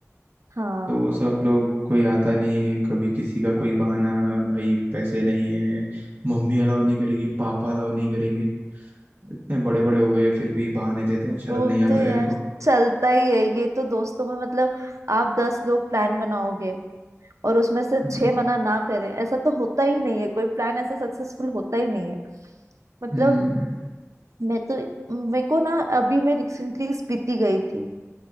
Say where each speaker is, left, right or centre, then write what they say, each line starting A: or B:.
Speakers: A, on the right; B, on the right.
A: हाँ
B: तो सब लोग कोई आता नहीं कभी किसी का कोई बहाना भाई पैसे नहीं है मम्मी अलाउ नहीं करेगी पापा अलाउ नहीं करेंगे इतने बड़े बड़े हो गए फिर भी बहाने देते हैं शर्म
A: वो
B: नहीं
A: तो
B: आता
A: यार
B: है इनको
A: चलता ही है ये तो दोस्तों में मतलब आप दस लोग प्लान बनाओगे और उसमें से
B: हम्म
A: छह मना ना करें ऐसा तो होता ही नहीं है कोई प्लान ऐसा सक्सेसफुल होता ही नहीं है मतलब
B: हम्म,
A: मैं तो मेरे को ना अभी मैं रिसेंटली स्पीति गई थी